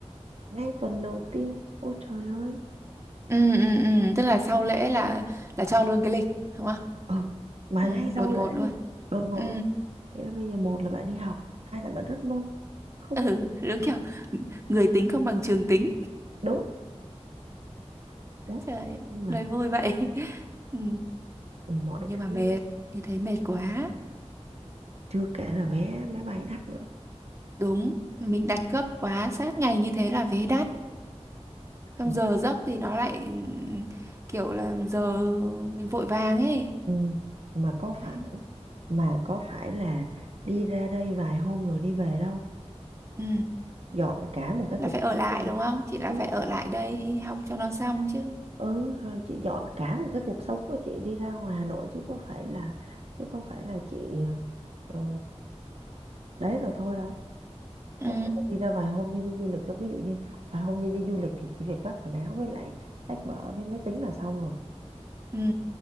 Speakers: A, on the right (about 65°); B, on the right (about 25°).
A: ngay tuần đầu tiên ôi trời ơi
B: ừ ừ ừ. tức là sau lễ là là cho luôn cái lịch đúng không
A: ừ mà
B: ừ
A: ngay sau
B: đột ngột
A: lễ
B: luôn
A: luôn đột ngột
B: ừ
A: luôn nghĩa là bây giờ một là bạn đi học hai là bạn rất môn không
B: ừ đúng kiểu người tính không bằng trường tính
A: đúng đó
B: trời ơi,
A: nhưng là
B: nói vui vậy ừ.
A: mọi
B: nhưng
A: thứ
B: mà mệt như thế mệt quá
A: chưa kể là vé máy bay đắt nữa
B: đúng mình đặt gấp quá sát ngày như thế là vé đắt xong
A: Ừ.
B: giờ giấc thì nó lại ừm, kiểu là giờ mình vội vàng ấy
A: Ừ. Mà có phải
B: đấy
A: mà có phải là đi ra đây vài hôm rồi đi về đâu
B: ừ.
A: dọn cả một cái
B: là
A: cuộc
B: phải ở
A: sống
B: lại
A: đi ra
B: đúng không chị là
A: ừ,
B: phải ở lại đây học cho nó xong chứ
A: ừ rồi chị dọn cả một cái cuộc sống của chị đi ra ngoài Hà Nội chứ có phải là chứ có phải là chị ờ, đấy rồi thôi đâu
B: ừ.
A: có phải là đi ra vài hôm như đi du lịch đâu ví dụ như vài hôm như đi du lịch thì chỉ việc vác quần áo với lại sách vở với máy tính là xong rồi
B: Ừ.